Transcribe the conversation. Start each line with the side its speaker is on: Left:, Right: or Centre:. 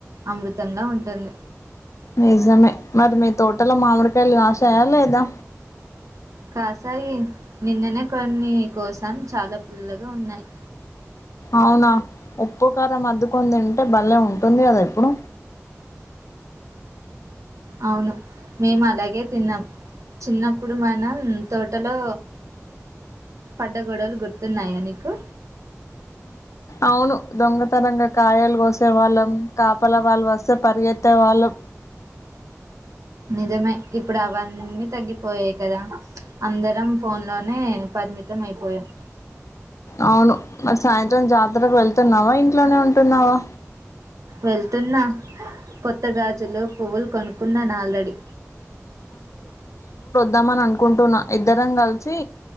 Right: అమృతంల ఉంటుంది
Left: నిజమే మరి మీ తోటలో మామిడికాయలు కాసయా లేదా
Right: కాసాయి నిన్ననే కొన్ని కోసం చాలా పుల్లగా ఉన్నాయ్
Left: అవునా ఉప్పు కారం మద్దుకొని తింటే భల్లే ఉంటుంది కద ఇప్పుడు
Right: అవును మేము అలాగే తిన్నాం చిన్నప్పుడు మనం తోటలో పడ్డ గొడవలు గుర్తున్నాయా నీకు
Left: అవును దొంగ తనంగా కాయలు కోసేవాళ్ళం కాపల వాళ్ళు వస్ స్తే పరిగెత్తే వాళ్ళం
Right: నిజమే ఇప్పుడు అవన్నీ తగ్గిపోయాయి కదా అందరం ఫోన్ లోనే పరిమితం అయిపోయమ్
Left: అవును మరి సాయం జాతరకు వెళ్తున్నావా ఇంట్లోనే ఉంటున్నావా
Right: వెళ్తున్నా కొత్త గాజులు పువ్వులు కొనుక్కున్నాను ఆల్రెడీ
Left: దమనన్ కుంటున్నా ఇద్దరం కల్ సి